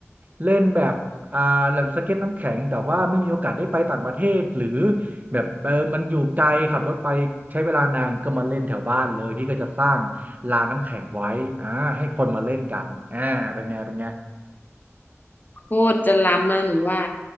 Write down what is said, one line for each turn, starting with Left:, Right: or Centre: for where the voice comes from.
Right: เล่นแบบอ่าแบบสเก็ตน้ำแข็งแต่ว่าไม่มีโอกาสได้ไปต่างประเทศหรือแบบเออมันอยู่ไกลขับรถไปใช้เวลานานก็มาเล่นแถวบ้านเลยพี่ก็จะสร้างลานน้ำแข็งไว้อ่าให้คนมาเล่นกันอ่าเป็นไงเป็นไง
Left: โคตรจะล้ำนะหนูว่า